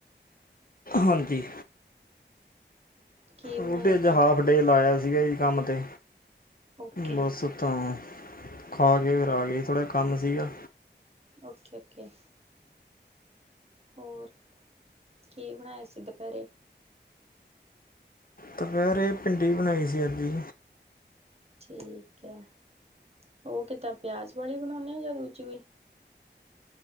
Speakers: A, on the left; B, on the right.
A: ਹਾਂਜੀ।
B: ਕੀ ਬਣਾਇਆ
A: ਰੋਟੀ ਅੱਜ
B: ਸੀ?
A: ਹਾਫ ਡੇ ਲਾਇਆ ਸੀਗਾ ਜੀ ਕੰਮ ਤੇ
B: ਓਕੇ।
A: ਬਸ ਤਾਂ ਖਾ ਕੇ ਫਿਰ ਅੱਗੇ ਥੋੜ੍ਹਾ ਜੇਹਾ ਕੰਮ ਸੀਗਾ।
B: Okay, okay. ਹੋਰ ਕੀ ਬਣਾਇਆ ਸੀ ਦੁਪਹਿਰੇ।
A: ਦੁਪਹਿਰ ਇਹ ਭਿੰਡੀ ਬਣਾਈ ਸੀ ਅੱਜ ਜੀ।
B: ਠੀਕ ਹੈ ਉਹ ਕਿੱਦਾਂ ਪਿਆਜ਼ ਵਾਲੀ ਬਣਾਉਂਦੇ ਆ ਦੂਜੀ ਵੀ